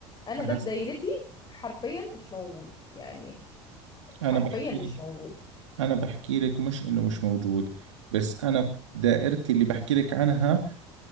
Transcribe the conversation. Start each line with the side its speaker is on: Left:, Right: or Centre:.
Left: انا
Right: أحس-
Left: ده في دايرتي حرفيا مش موجود يعني حرفيا
Right: أنا بحكي
Left: مش
Right: لك
Left: موجود
Right: أنا بحكي لك مش إنه مش موجود بس أنا دائرتي اللي بحكي لك عنها